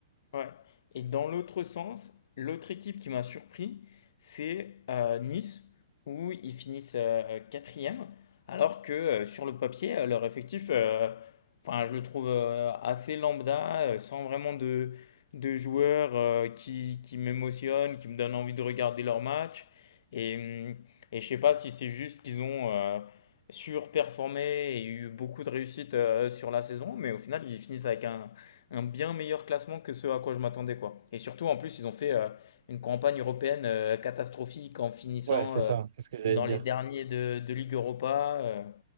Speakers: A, on the left; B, on the right.
A: Ouais. Et dans l'autre sens, l'autre équipe qui m'a surpris, c'est euh, Nice, où ils finissent euh, quatrième, alors que euh, sur le papier, euh, leur effectif, euh, enfin, je le trouve euh, assez lambda, euh, sans vraiment de, de joueurs euh, qui, qui m'émotionnent, qui me donnent envie de regarder leur match. Et, hum, et je sais pas si c'est juste qu'ils ont euh, surperformé et eu beaucoup de réussite euh, sur la saison, mais au final, ils finissent avec un un bien meilleur classement que ce à quoi je m'attendais, quoi. Et surtout, en plus, ils ont fait euh, une campagne européenne euh, catastrophique en finissant
B: Ouais, c'est
A: euh,
B: ça, c'est ce que j'allais
A: dans
B: te dire.
A: les derniers de, de Ligue Europa. euh,